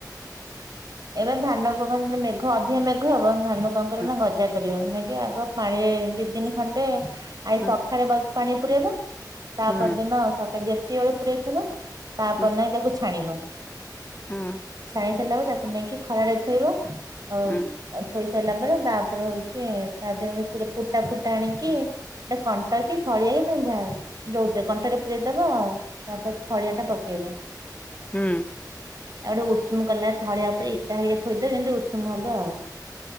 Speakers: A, on the right; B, on the left.
A: ଏବେ ଧାନ କଁ ମେଘ ଅଧିକା ମେଘ ହବ ଧାନ କଣ କରିବ
B: ହୁଁ
A: ନା ଗଜା କରିବ ନାଇ କି ଆଗ ପାଣିରେ ଦି ଦିନି ଖଣ୍ଡେ ଆଜି
B: ହୁଁ
A: ସଖାଳେ ପାଣି ପୁରେଇବ ତା
B: ହୁଁ
A: ପରଦିନ ସ ଯେତିକିବେଳେ ପୁରେଇ ଥିବ ତାପର
B: ହୁଁ
A: ଦିନ ଯାଇ ତାକୁ ଛାଣିବ।
B: ହଁ
A: ଛାଣି ସାରିଲା ବେଳେ ତାକୁ ନେଇକି ଖରାରେ ଥୋଇବ ଆଉ
B: ହୁଁ
A: ଥୋଇ ସାରିଲା ପରେ ତାପରେ ହଉଛି ତା ଦେହରେ କୁଟା ଫୁଟା ଆଣିକି ଏଟା କଣ୍ଟ କି ଥଳିଆ କି ତମେ ଯା ଯୋଉଥେରେ କଣ୍ଟାରେ ପୁରେଇଦବ ତାପରେ ଥଳିଆଟା ପକେଇବ।
B: ହୁଁ।
A: ଆଉ ଗୋଟେ ଉଷୁମ କଲା ଥଳିଆ ଉପରେ ଇଟା ହେରିକା ଥୋଇଦେବେ ଯେମିତି ଉଷୁମ ହବ ଆଉ।